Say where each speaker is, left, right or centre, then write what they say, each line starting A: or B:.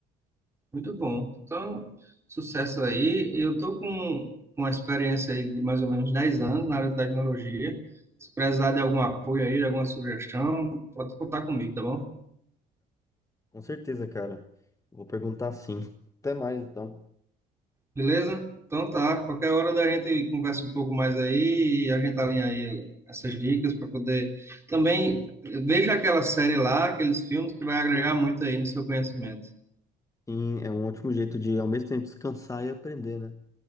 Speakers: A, on the right (about 15°); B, on the left (about 20°).
A: Muito bom. Então, sucesso aí. Eu tô com uma experiência aí de mais ou menos 10 anos na área de tecnologia. Se precisar de algum apoio aí, de alguma sugestão, pode contar comigo, tá bom?
B: Com certeza, cara. Vou perguntar sim. Até mais, então.
A: Beleza? Então tá, qualquer hora da gente conversa um pouco mais aí e a gente alinha aí essas dicas para poder. Também veja aquela série lá, aqueles filmes que vai agregar muito aí no seu conhecimento.
B: Sim, é um ótimo jeito de ao mesmo tempo descansar e aprender, né?